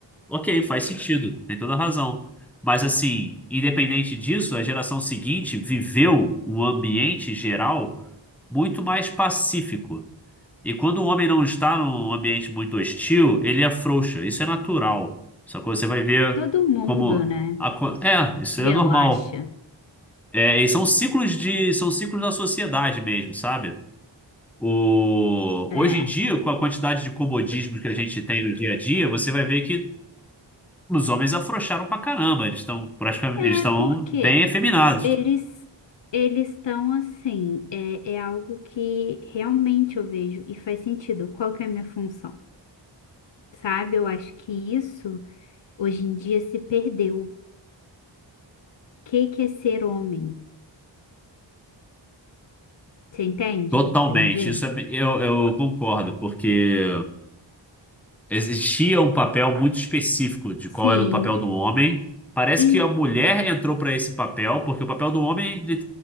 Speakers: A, in the centre; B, on the left.
A: ok, faz sentido, tem toda a razão. Mas, assim, independente disso, a geração seguinte viveu um ambiente geral muito mais pacífico. E quando o homem não está num ambiente muito hostil, ele afrouxa. Isso é natural. Só que você vai ver
B: Todo mundo,
A: como.
B: né?
A: a co- É, isso
B: Relaxa.
A: é normal. É, e são ciclos de, são ciclos da sociedade mesmo, sabe? O,
B: É.
A: hoje em dia, com a quantidade de comodismos que a gente tem no dia a dia, você vai ver que os homens afrouxaram pra caramba. Eles estão praticamente,
B: É
A: eles estão
B: porque
A: bem efeminados.
B: eles eles estão assim, é, é algo que realmente eu vejo e faz sentido. Qual que é a minha função? Sabe? Eu acho que isso hoje em dia se perdeu. O que que é ser homem? Você entende
A: Totalmente.
B: o que eu tô querendo dizer?
A: Isso é, eu, eu concordo, porque Existia um papel muito específico de
B: Sim,
A: qual era o papel do homem. Parece
B: em-
A: que a mulher entrou para esse papel, porque o papel do homem, ele-